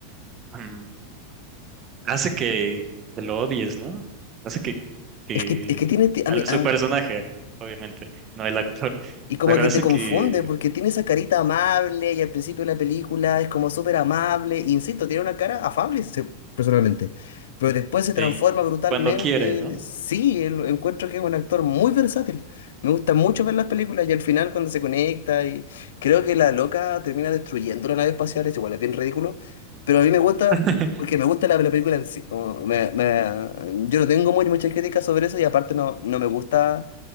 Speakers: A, on the right (about 25°); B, on the left (about 90°).
A: mm, hace que que lo odies, ¿no? Hace que, que
B: Es que, es que tiene, ti- a
A: al-
B: mí,
A: su
B: ah,
A: personaje, obviamente, no el actor,
B: Y como
A: pero
B: que
A: hace
B: te confunde,
A: que,
B: porque tiene esa carita amable y al principio de la película es como súper amable. e Insisto, tiene una cara afable, se- personalmente. Pero después se transforma
A: sí,
B: brutalmente.
A: cuando quiere, ¿no?
B: Sí, el- encuentro que es un actor muy versátil. Me gusta mucho ver las películas y al final cuando se conecta y creo que la loca termina destruyendo la nave espacial, es igual, es bien ridículo. Pero a mí me gusta
A: <laughs>
B: porque me gusta la, la película en sí. como me- me- yo no tengo muy, muchas críticas sobre eso y aparte no, no me gusta